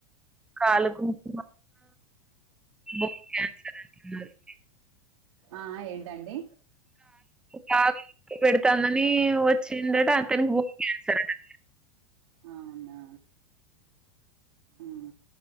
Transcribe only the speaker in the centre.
కాలు గు <unintelligible> బ <unintelligible> <inaudible>
బాగా పెడతానని వచ్చిందట అతనికి ఊ సార్ట <unintelligible> <inaudible>